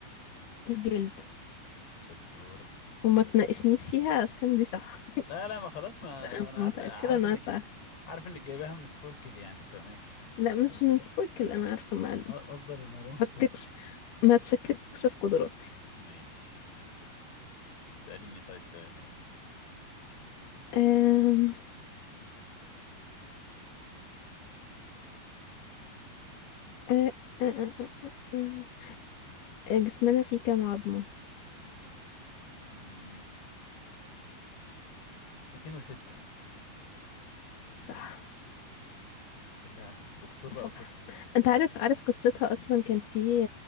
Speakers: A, on the left; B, on the left.
A: الجلد
B: ستورة ستورة
A: وما تناقشنيش فيها عشان دي صح
B: لا لا ما خلاص ما
A: أنا
B: انا عارف
A: متأكدة
B: عارف
A: إنها
B: انك
A: سهلة
B: جاي- عارف انك جايباها من سبوركل يعني فماشي
A: لا مش من سبوركل أنا عارفة المعلومة
B: م- مصدر المعلومة
A: فككش
B: سبوركل
A: ما تشككش في قدراتي
B: ماشي ماشي يا ستي سأليني طيب سؤال
A: أم... أه... أه... أه... أه... أه... أه، آه، جسمنا فيه كام عظمة
B: مم. 206
A: صح
B: يبقى دكتور بقى
A: صح
B: وكده
A: أنت عارف عارف قصتها أصلا كان في